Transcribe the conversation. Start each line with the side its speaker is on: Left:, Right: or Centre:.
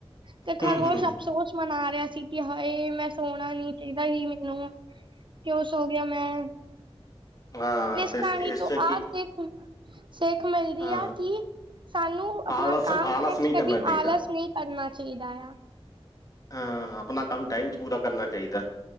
Right: ਤੇ
Left: ਹੂੰ-ਹੂੰ,
Right: ਖਰਗੋਸ਼ ਅਫਸੋਸ ਮਨਾ ਰਿਆ ਸੀ ਕਿ ਹਾਏ ਮੈਂ ਸੋਣਾ ਨੀ ਚਾਹੀਦਾ ਈ ਮੈਨੂੰ ਕਿਉਂ ਸੋ ਗਿਆ ਮੈਂ
Left: ਹਾਂ
Right: ਇਸ
Left: ਤੇ
Right: ਕਹਾਣੀ
Left: ਇਸ
Right: ਤੋਂ
Left: ਚ
Right: ਆ
Left: ਕੀ
Right: ਸਿਖ ਸਿੱਖ ਮਿਲਦੀ
Left: ਹਾਂ
Right: ਆ ਕਿ ਸਾਨੂੰ ਆਪਣਾ
Left: ਆਲਸ
Right: ਕੰਮ
Left: ਆਲਸ
Right: ਕਰਨ
Left: ਨਹੀਂ
Right: 'ਚ
Left: ਕਰਨਾ
Right: ਕਦੀ
Left: ਚਾਹੀਦਾ
Right: ਆਲਸ ਨਹੀਂ ਕਰਨਾ ਚਾਈਦਾ ਆ।
Left: ਹਾਂ ਆਪਣਾ ਕੰਮ ਟਾਈਮ 'ਚ ਪੂਰਾ ਕਰਨਾ ਚਾਹੀਦਾ।